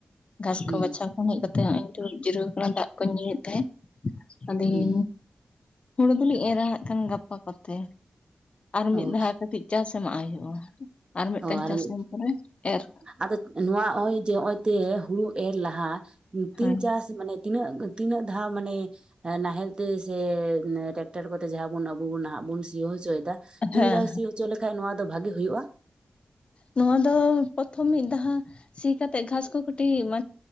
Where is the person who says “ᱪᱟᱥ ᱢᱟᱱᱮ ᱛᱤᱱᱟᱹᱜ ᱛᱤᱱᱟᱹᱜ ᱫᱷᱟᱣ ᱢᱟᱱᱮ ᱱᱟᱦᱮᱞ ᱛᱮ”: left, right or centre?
Right